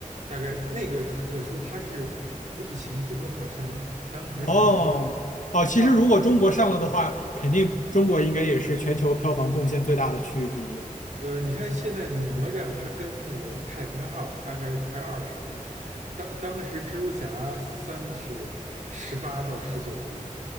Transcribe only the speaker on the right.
大概那个很特殊，它是疫情中国没有上映，当时正
闹就嗯
呃，你看现在哪吒他跟那个泰坦尼克号大概快二十个亿，当当时蜘蛛侠三是十八到十九个亿，